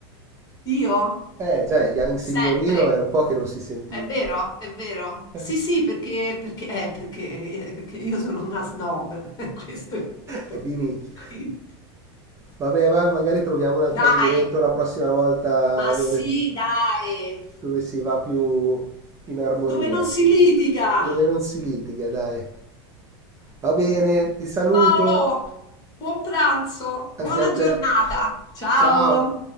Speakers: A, on the left; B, on the right.
A: Io?
B: Eh, già, il Young Signorino
A: Sempre.
B: è un po' che non si sentiva.
A: È vero, è vero. Sì,
B: <laughs>
A: sì, perché perché eh, perché, ehm, che io sono una snob, <laughs> questo è il punto.
B: È di nicchia.
A: Quindi
B: Vabbè, ma magari troviamo un altro
A: dai!
B: argomento la prossima volta
A: Ma sì,
B: dove
A: dai!
B: dove si va più in armonia,
A: Dove non si litiga!
B: dove non si litiga, dai. Va bene, ti saluto
A: Paolo, buon pranzo,
B: anche
A: buona
B: a te.
A: giornata. Ciao!
B: Ciao.